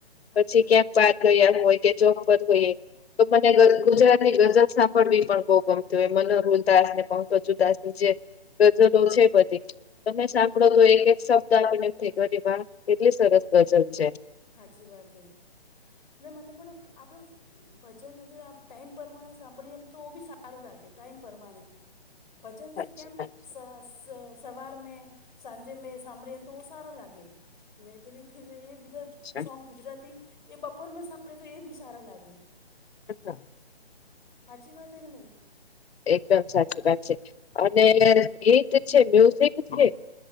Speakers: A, on the left; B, on the left.
A: સાચી
B: પછી
A: વાત
B: ક્યાંક
A: હે
B: <unintelligible> હોય કે જો પર હોય. તો મને ગુજરાત ની ગજલ સાંભળવી પણ બહુ ગમતી હોય મને ઉદાસ ને પહદાસની જે <unintelligible> બધી તમે સાંભળો
A: હા
B: તો એક એક સપ્તાહ આપ થ વા કેટલી સરસ ગજલ છે.
A: સાચી વાત હ ને મને પણ આપણે ભજન હજ આપ ટાઈમ પરમાણે સાંભળીએ ને તો બી સારું લાગે ટાઈમ પરમાણે. ભજનસ
B: સાચી
A: કેમ્પ
B: વાત
A: સ સ સવાર મે સાંજેમાં સાંભળી તો સારો લાગે ને પેલી એ બીજા
B: સાચી
A: સોંગ ગુજરાતી એ બપોર માં સાંભળે તો એ બી સારા લાગે.
B: <inaudible>
A: હાચી વાત હ કે નહી?
B: એકદમ સાચી વાત છે અને ગીત છે મ્યુઝિક છે.